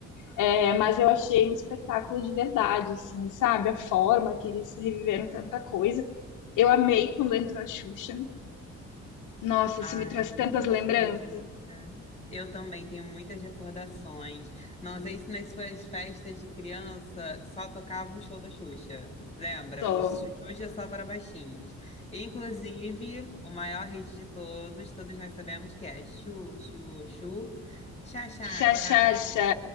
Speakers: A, on the left; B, on the left.
A: É, mas eu achei um espetáculo de verdade, assim, sabe? A forma que eles reviveram tanta coisa. Eu amei quando entrou a Xuxa. Nossa,
B: Ai,
A: isso me traz tantas
B: Xuxa.
A: lembranças.
B: Eu também tenho muitas recordações. Não sei se nas suas festas de criança só tocava um show da Xuxa. Lembra?
A: Só.
B: O Xuxa só para baixinhos. Inclusive, o maior hit de todos, todos nós sabemos que é Chu, Chu, Chu, Chá, Chá,
A: Xa,
B: Chá.
A: xa, xa.